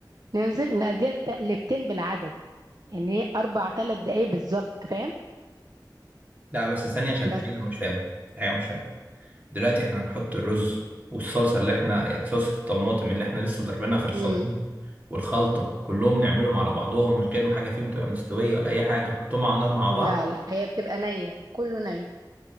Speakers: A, on the right; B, on the right.
A: ننزل نقضيها تقلبتين بالعدد يعني ايه اربع ثلاث دقايق بالظبط فاهم
B: لا بس ثانيه عشان في
A: بس
B: حاجه أنا مش فاهمها في حاجه مش فاهمها دلوقتي احنا هنحط الرز والصلصة اللي احنا يعني صلصة الطماطم اللي احنا لسه ضاربينها في الخلاط
A: امم
B: والخلطة كلهم نعملهم على بعضهم من غير ما حاجة فيهم تبقى مستوية ولا أي حاجة نحطهم على النار مع بعض
A: لا لا هي بتبقى نية كله ني